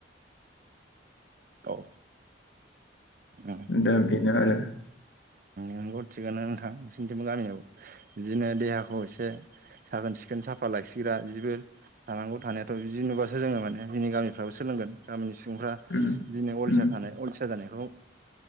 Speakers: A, on the right; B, on the left.
A: औ उम
B: द बेनो आरो
A: नोंगौ थिगानो नोंथां नसोरनिथिंबो गामियाव बिदिनो देहाखौ एसे साखोन सिखोन सिफेन साफा लाखसिग्रा बिबो थानांगौ थानायाथ' बिदि नुबासो जोङो माने जोंनि गामि फ्राबो सोंन गामिनि सुबुंफ्रा
B: उम
A: दिनै अलसिया
B: उम
A: थानाय अलसिया जानाय बेखौ